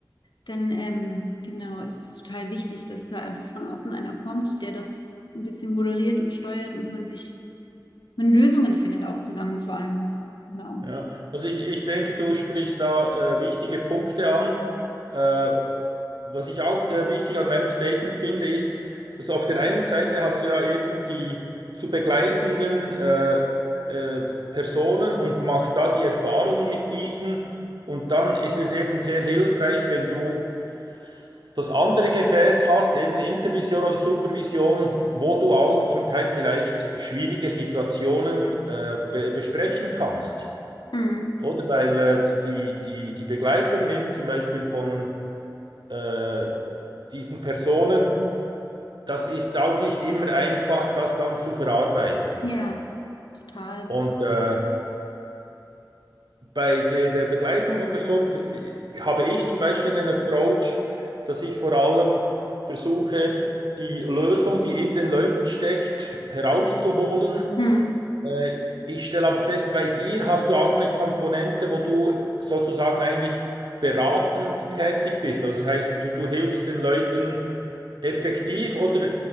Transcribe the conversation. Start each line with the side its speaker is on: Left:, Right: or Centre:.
Left: dann ähm, genau, es ist total wichtig, dass da einfach von außen einer kommt, der das so ein bisschen moderiert und steuert und man sich, man Lösungen findet auch zusammen vor allem. Genau.
Right: Ja, also ich, ich denke, du sprichst da äh, wichtige Punkte an. Äh, was ich auch äh, wichtig an deinem Statement finde, ist, dass auf der einen Seite hast du ja eben die zu begleitenden äh, äh, Personen und machst da die Erfahrungen mit diesen. Und dann ist es eben sehr hilfreich, wenn du das andere Gefäß hast, eben Intervision oder Supervision, wo du auch zum Teil vielleicht schwierige Situationen äh, be besprechen kannst.
Left: Mhm.
Right: Oder weil äh, die, die, die Begleitungen eben zum Beispiel von äh, diesen Personen, das ist auch nicht immer einfach, das dann zu verarbeiten.
Left: Ja, total.
Right: Und äh, bei der äh, Begleitung von Personen f- äh, habe ich zum Beispiel einen Approach, dass ich vor allem versuche, die Lösung, die in den Leuten steckt, herauszuholen
Left: Mhm.
Right: Äh, Ich stelle aber fest, bei dir hast du auch eine Komponente, wo du sozusagen eigentlich beratend tätig bist. Also das heißt, du, du hilfst den Leuten effektiv oder